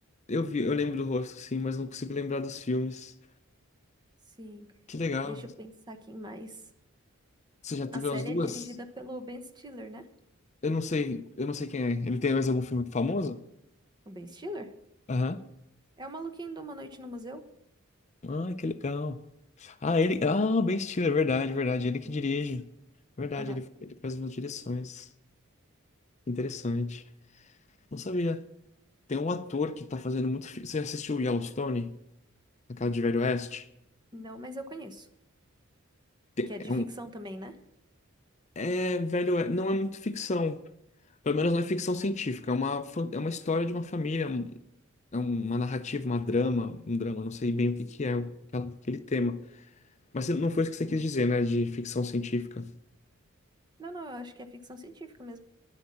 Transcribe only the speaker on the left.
Eu vi, eu lembro do rosto, sim, mas não consigo lembrar dos filmes.
Que legal.
Você já teve
as duas?
Eu não sei, eu não sei quem é. Ele tem mais algum filme famoso?
Aham.
Ah, que legal. Ah, ele. Ah, o Ben Stiller, verdade, verdade. Ele que
dirige. Verdade,
ele, ele faz umas direções. Interessante. Não sabia. Tem um ator que tá fazendo muito filme. Você assistiu Yellowstone? aquela de Velho Oeste?
Tem-
É
um
É, velho, é- não é muito ficção. Pelo menos não é ficção científica. É uma, fa- é uma história de uma família, um- é uma narrativa, uma drama, um drama, não sei bem o que que é aquela- aquele tema. Mas não foi isso que você quis dizer, né? De ficção científica.